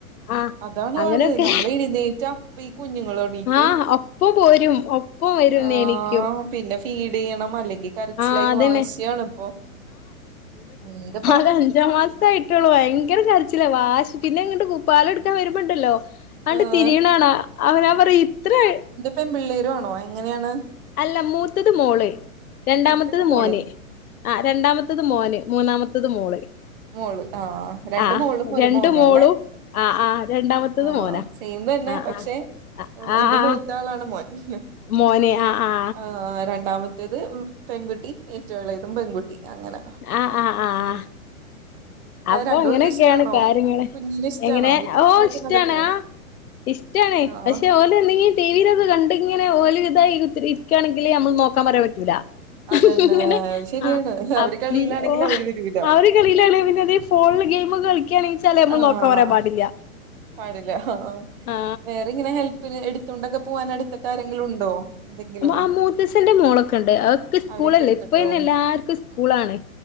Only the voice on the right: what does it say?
അതാണ്
പാട് നമ്മളെ എഴുന്നേറ്റാ അപ്പ ഈ കുഞ്ഞുങ്ങളടെ നീക്കും
ആഹ്
പിന്നെ ഫീഡെയ്യണം അല്ലെങ്കി കരച്ചിലായി
വാശിയാണ് ഇപ്പൊ ഉം ൻ്റെ
ആഹ്
പെമ്പിള്ളേരു വേണോ എങ്ങനെയാണ്
മൂത്തത് മോള്
മോള് ആഹ് രണ്ട്
മോളും ഒരു
മോനും
അല്ലെ
ആഹ്
സെയിം തന്നെ
പക്ഷെ
എന്റെ
മൂത്താളാണ് മോൻ ഉം
ആഹ് രണ്ടാമത്തെ മൂത്തത് പെൺകുട്ടി ഏറ്റവുളയത് പെൺകുട്ടി അങ്ങനാ
രണ്ടു
പേർക്കും ഇഷ്ടാണോ
കുഞ്ഞിന് ഇഷ്ടാണോ
ഇതൊക്കെ
നടക്കോ
ആഹ്
അതന്നെ
ശരിയാണ്
അവര് കളിയിലാണെങ്കിൽ
അവര് വരൂല
ആഹ്
പാടില്ല ആഹ്
വേറെ ഇങ്ങനെ ഹെൽപ്പിന് എടുത്തോണ്ടൊക്കെ പോവാൻ അടുത്തൊക്കെ ആരെങ്കിലും ഉണ്ടോ എന്തെങ്കിലും
അവരൊക്കെ എടുത്തിട്ടോ